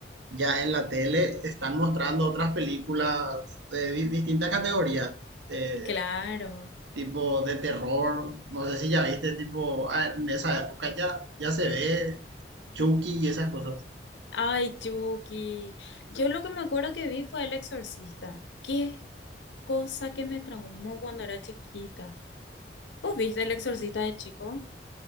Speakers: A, on the right; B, on the left.
A: ya en la tele están mostrando otras películas de di- distintas categorías, eh,
B: <laughs> Claro.
A: tipo de terror. No sé si ya viste, tipo, ah, en esa época ya, ya se ve Chucky y esas cosas.
B: Ay, Chucky. Yo lo que me acuerdo que vi fue El Exorcista. Qué cosa que me traumó cuando era chiquita. ¿Vos viste El Exorcista de chico?